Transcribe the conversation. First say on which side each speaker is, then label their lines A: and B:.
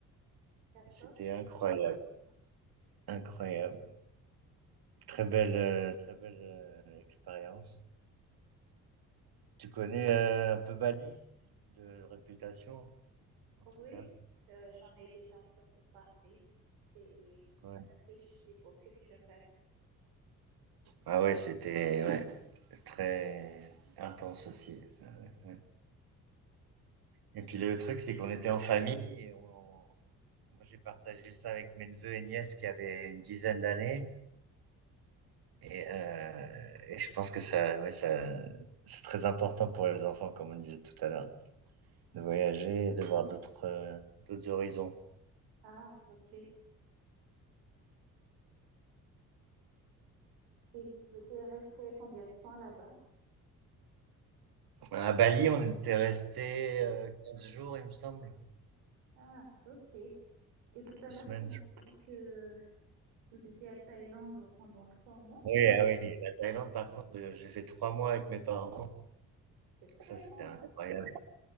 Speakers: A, on the right; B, on the right.
A: D'accord.
B: C'était incroyable, incroyable. Très belle, euh, très belle euh, expérience. Tu connais euh, un peu Bali, de réputation, en tout
A: Oui,
B: cas.
A: euh, j'en ai déjà entendu parler. C'est
B: Ouais.
A: riche au niveau culturel.
B: Ah ouais, c'était ouais, très intense aussi. Ah ouais, ouais. Et puis le truc, c'est qu'on était en famille et on- moi j'ai partagé ça avec mes neveux et nièces qui avaient une dizaine d'années. Et, euh, et je pense que ça, ouais, ça, c'est très important pour les enfants, comme on disait tout à l'heure, de voyager, et de voir d'autres euh, d'autres horizons.
A: Ah, ok. Et vous étiez resté combien de temps là-bas?
B: À Bali, on était resté euh, 15 jours, il me semble,
A: Ah, ok. Et tout à
B: deux
A: l'heure,
B: semaines.
A: tu m'as
B: je
A: dit que vous étiez à Thaïlande pendant trois mois.
B: Oui, ah oui, la Thaïlande, par contre, euh, j'ai fait trois mois avec mes parents.
A: C'est très
B: Ça, c'était
A: long,
B: incroyable.
A: hein.
B: <laughs>